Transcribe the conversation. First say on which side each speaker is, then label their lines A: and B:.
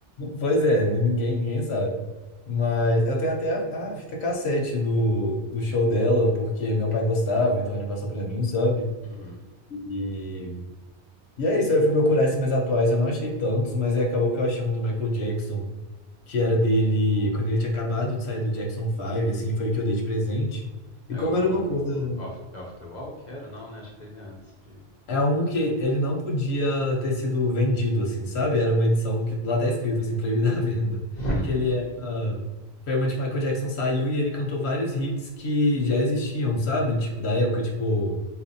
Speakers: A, on the left; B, on the left.
A: Pois é, ninguém, ninguém sabe. Mas eu tenho até a, a fita cassete do, do show dela, porque meu pai gostava, então ele passou pra mim, sabe?
B: Uhum.
A: E, e é isso, aí eu fui procurar esses mais atuais, eu não achei tantos, mas aí acabou que eu achei um do Michael Jackson, que era dele, quando ele tinha acabado de sair do Jackson Five assim, foi o que eu dei de presente. E
B: É
A: como
B: o
A: era uma coisa.
B: Off, Off the Wall que era? Não, né? Acho que teve antes de.
A: É um que ele não podia ter sido vendido, assim, sabe? Era uma edição que lá tá escrito, assim, proibida <laughs> a venda.
B: <laughs>
A: Que ele era.
B: Gente.
A: Foi uma que Michael Jackson saiu e ele cantou vários hits que já existiam, sabe? Tipo, da época, tipo,